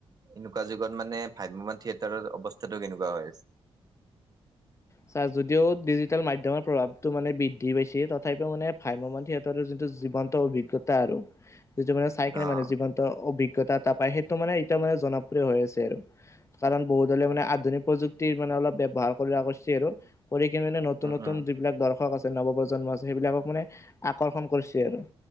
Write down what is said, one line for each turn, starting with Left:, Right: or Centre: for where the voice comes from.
Right: এনেকুৱা যুগত মানে ভ্ৰাম্যমান থিয়েটাৰৰ অৱস্থাতটো কেনেকুৱা হৈ আছে!
Left: চা যদিও ডিজিটেল মাধ্যমৰ প্ৰভাৱটো মানে বৃদ্ধি পাইছে তথাপিও মানে ভ্ৰাম্যমান - যিটো জীৱন্ত অভিজ্ঞতা আৰু যিটো মানে চাই কিনে
Right: অ',
Left: মানে জীৱ- অভিজ্ঞতা এটা পায়, সেইটো মানে এতিয়া মানে জনপ্ৰিয় হৈ আছে আৰু। কাৰণ বহুত হলে মানে আধুনিক প্ৰযুক্তিৰ মানে অলপ ব্যৱহাৰ- সেইবিলাক কৰিছে আৰু। কৰি কিনে মানে নতুন
Right: উম,
Left: নতুন
Right: উম।
Left: যিবিলাক দৰ্শক আছে- নৱপ্ৰজন্ম আছে সেইবিলাকক মানে আকৰ্ষণ কৰিছে আৰু।